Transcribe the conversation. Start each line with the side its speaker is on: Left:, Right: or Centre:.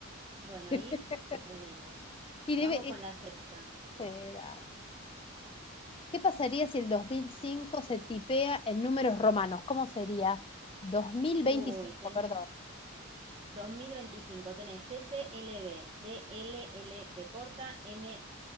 Right: Bueno,
Left: <laughs>
Right: ahí perdimos.
Left: Y debe-
Right: Vamos con la sexta.
Left: este, dale. ¿Qué pasaría si el 2005 se tipea en números romanos? ¿Cómo sería? dos mil veinticinco?
Right: Uy, ten
Left: perdón.
Right: <laughs> 2025. tenés CCLB, DLLB corta, m